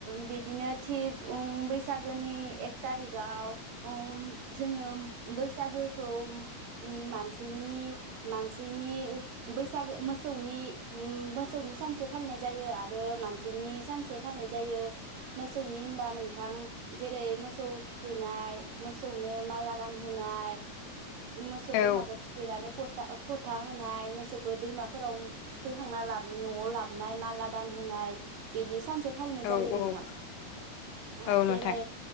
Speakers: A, on the right; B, on the left.
A: बिदिनो थिग उ बैसागोनि एक थारिखआव अम जोङो बैसागोखौ मानसेनि मानसिनि बैसागो मोसौनि मोसौनि सानसे फालिनाय जायो आरो मानसिनि सानसे फालिनाय जायो मोसौनि होनबा नोंथां जेरै मोसौ थुखैनाय मोसौनो माला गानहोनाय। मोसौ
B: औ
A: बोरमाखौ थुखैनानै फथा फोन। होनाय मोसौखौ दैमाफोराव थुखैखांना लाब नआव लाबोनाय माला गानहोनाय बिदि सानसे फालिनाय जायो
B: औ
A: नोंथां
B: औ
A: आरो
B: औ
A: जेरै
B: नोंथां